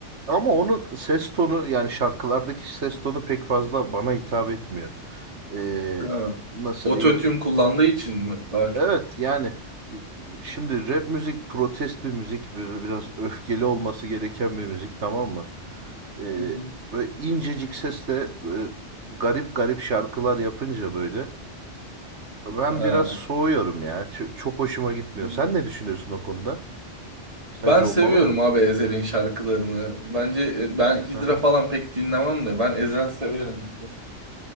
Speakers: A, on the right (about 65°); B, on the right (about 30°).
A: ama onun ses tonu yani şarkılardaki ses tonu pek fazla bana hitap etmiyor. Ee,
B: Ha.
A: nasıl
B: Ototune
A: diyeyim?
B: kullandığı için mi daha çok?
A: Evet yani şimdi rap müzik protest bir müzik böyle biraz öfkeli olması gereken bir müzik tamam mı? Ee,
B: Hı hı.
A: böyle incecik sesle e, garip garip şarkılar yapınca böyle ben
B: Ha.
A: biraz soğuyorum ya Ç- çok hoşuma gitmiyor.
B: Hı.
A: Sen ne düşünüyorsun o konuda? Sence
B: Ben seviyorum
A: olmalı mı?
B: abi Ezel'in şarkılarını. Bence e, ben Hidra
A: Hı hı.
B: falan pek dinlemem de ben Ezel severim.